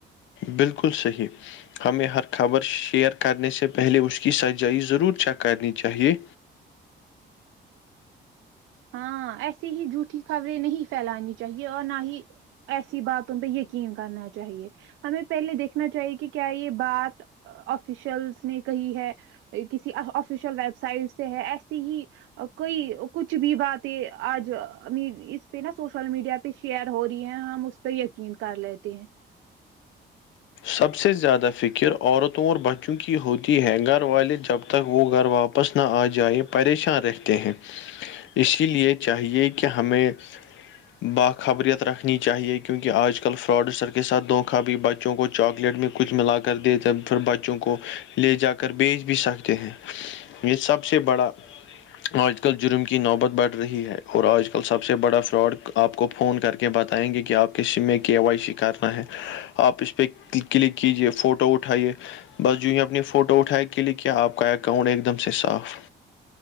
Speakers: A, on the left; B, on the right.
A: بالکل صحیح ہمیں ہر خبر شیئر کرنے سے پہلے اس کی سجائی ضرور چیک کرنی چاہیے
B: ہاں ایسی ہی جھوٹیھی خبریں نہیں پھیلانی چاہیے اور نہ ہی ایسی باتوں پہ یقین کرنا چاہیے ہمیں پہلے دیکھنا چاہیے کہ کیا یہ بات آفیشلس نے کہی ہے کسی آفیشیل ویب سائٹ سے ہے ایسی ہی کوئی کچھ کچھ بھی باتیں آج اس پہ نا سوشل میڈیا پہ شیئر ہو رہی ہیں ہم اس تو یقین کر لیتے ہیں
A: سب سے زیادہ فکر عورتوں اور بچوں کی ہوتی ہے گھر والے جب تک وہ گھر واپ واپس نہ آ جائے پریشان رہتے ہیں اسی لیے چاہیے کہ ہمیں باخبریت رکھنی چاہیے کیونکہ آج کل فراڈ سر کے ساتھ د خوابی بچوں کو چاکلیٹ میں کچھ ملا کر دےتے پھر بچوں کو لے جا کر بیچ بھی سکتے ہیں یہ سب سے بڑا آج کل جرم کی نوبت بڑھ رہی ہے اور آج کل سب سے بڑا فراڈ آپ کو فون کر کے بتائیں گے کہ آپ کے سیم میں کی وائی سی کرنا ہے آپ اس پ اس پہ کلک کیجیے فوٹو اٹھائیے بس جویں اپنی فوٹو اٹھائے کلک کیا آپ کا اکاؤنٹ ایک دم سے صاف